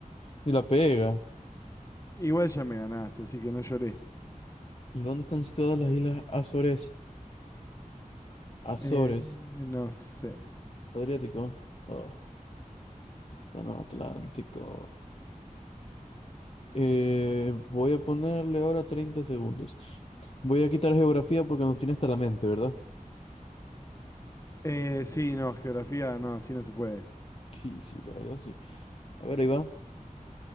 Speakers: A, on the left; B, on the left.
A: y la pega.
B: Igual ya me ganaste, así que no lloré.
A: ¿Dónde están situadas las islas Azores? Azores.
B: Eh, no sé.
A: Adriático. Ah, no, Atlántico. Eh, voy a ponerle ahora 30 segundos. Voy a quitar geografía porque nos tiene hasta la mente, ¿verdad?
B: Eh, sí, no, geografía, no, así no se puede.
A: Sí, sí, la verdad, sí. A ver, ahí va.